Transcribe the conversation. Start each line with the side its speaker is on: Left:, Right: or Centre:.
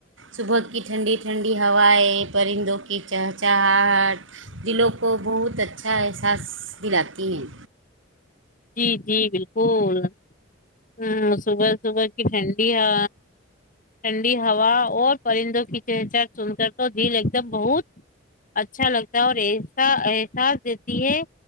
Right: صبح کی ٹھنڈی ٹھنڈی ہوائیں پرندوں کی چہچ چاٹ دلوں کو بہت اچھا احساس دلاتی ہیں
Left: جی جی بالکل ہ صبح صبح کی فڈ ایایا ٹھنڈی ہوا اور پرندوں کی چہچہ سن کر تو دل ایک دم بہت اچھا لگتا ہے اور ایسا احساس دیتی ہے